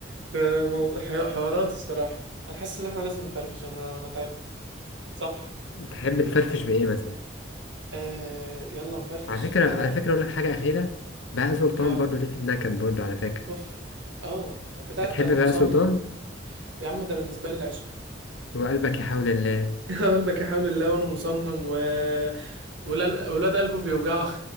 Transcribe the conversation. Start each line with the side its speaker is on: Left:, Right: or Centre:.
Right: فموضوع حي- حوارات الصراحة انا حاسس ان احنا لازم نفرفش انا انا تعبت صح
Left: تحب تفرفش بايه مثلا
Right: آه يلا نفرفش
Left: على فكره
Right: اه
Left: على فكره اقول لك حاجه اخيره بهاء سلطان
Right: آه.
Left: برضو ليه في النكد برضو على فكره
Right: اوف اه بتاعت
Left: بتحب
Right: انا
Left: بهاء
Right: مصمم
Left: سلطان
Right: يا عم ده بالنسبه لي العشق
Left: وقلبك يحاول الله
Right: <laughs> قلبك يا حول الله وانا مصمم و... والقلب والواد قلبه بيوجعه